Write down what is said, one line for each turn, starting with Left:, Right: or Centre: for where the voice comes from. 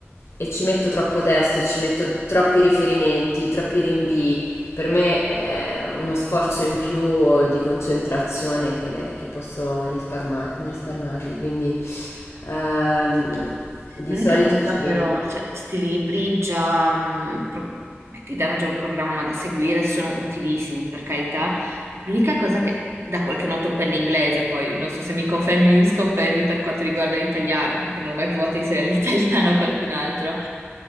Left: e ci metto troppo testo e ci metto troppi riferimenti, troppi rinvii, per me è uno sforzo in più di concentrazione che, che posso risparmar- risparmarmi, quindi ehm, di
Right: L'unica
Left: solito
Right: cosa
Left: ci...
Right: però, cioè, sti libri già, mm, pro- che ti danno già un programma da seguire sono utilissimi, per carità. L'unica cosa che da qualche noto per l'inglese, poi non so se mi confermi o mi sconfermi per quanto riguarda l'italiano, perché non ho mai provato a inserire <laughs> l'italiano a qualcun altro,